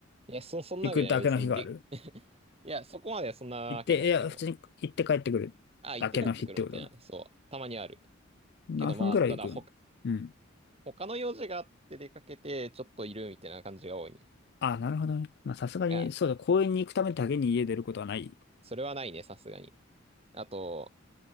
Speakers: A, on the right; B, on the left.
A: う。いや、そ、そんなわけじゃない、
B: 行くだけの日がある
A: 別にで、<laughs> いや、そこまではそんなわけじゃないけど。
B: 行って、いや、普通に行って帰ってくるだけの日ってこと
A: あ、行って帰ってくるみたいな。そう。たまにある。
B: 何分くらい行くのうん。
A: けどまあ、ただ、ほ、他の用事があって出かけて、ちょっといるみたいな感じが多いね。
B: あ、なるほどね。まあ、さすがに、
A: いや、
B: そうだ、公園に行くためだけに家出ることはない。
A: それはないね、さすがに。あと、